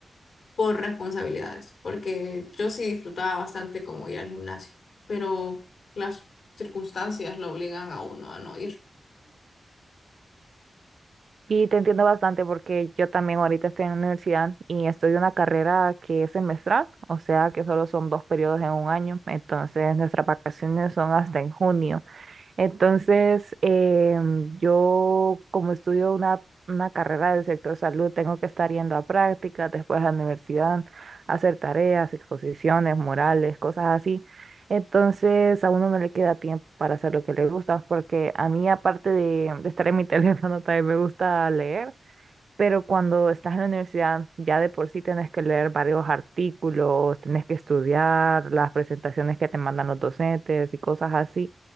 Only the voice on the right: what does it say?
Y te entiendo bastante porque yo también ahorita estoy en la universidad y estudio una carrera que es semestral, o sea que solo son dos periodos en un año, entonces nuestras vacaciones son hasta en junio. Entonces, eh, yo como estudio una, una carrera del sector salud, tengo que estar yendo a prácticas, después a la universidad, a hacer tareas, exposiciones, morales, cosas así. Entonces, a uno no le queda tiempo para hacer lo que le gusta, porque a mí, aparte de, de estar en mi <laughs> teléfono, también me gusta leer. Pero cuando estás en la universidad, ya de por sí tenés que leer varios artículos, tenés que estudiar las presentaciones que te mandan los docentes y cosas así.